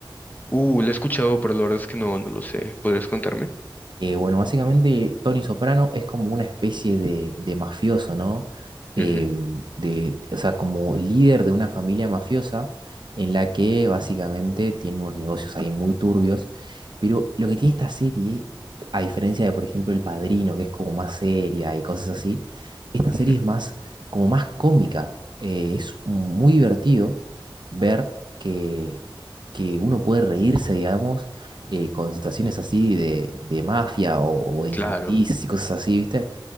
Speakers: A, on the left; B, on the right.
A: Uh, la he escuchado, pero la verdad es que no, no lo sé. ¿Podrías contarme?
B: Eh, bueno, básicamente Tony Soprano es como una especie de, de mafioso, ¿no? Em,
A: Ujú,
B: de, o sea, como líder de una familia mafiosa en la que básicamente tiene unos negocios ahí muy turbios, pero lo que tiene esta serie, a diferencia de, por ejemplo, El Padrino, que es como más seria y cosas así, esta serie
A: ujú,
B: es más, como más cómica. Eh, es muy divertido ver que, que uno puede reírse, digamos eh, con situaciones así de, de mafia o, o de injusticias
A: Claro,
B: y cosas así, ¿viste?